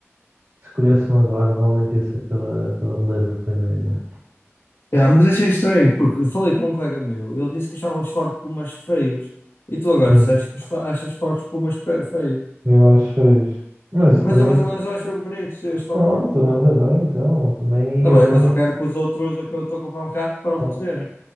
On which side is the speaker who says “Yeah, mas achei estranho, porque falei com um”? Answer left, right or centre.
Left